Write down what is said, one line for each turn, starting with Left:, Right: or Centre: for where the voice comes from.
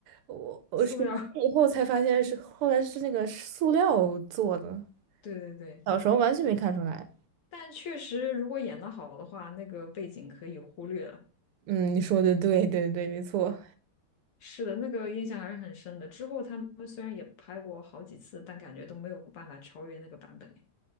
Right: 我我是以后才发现是后来是那个塑料做的，
Left: 塑料，对对对，
Right: 小时候完全没看出来。
Left: 但确实如果演得好的话，那个背景可以忽略了。
Right: 嗯，你说的对对对，没错。
Left: 是的，那个印象还是很深的。之后他们虽然也拍过好几次，但感觉都没有办法超越那个版本。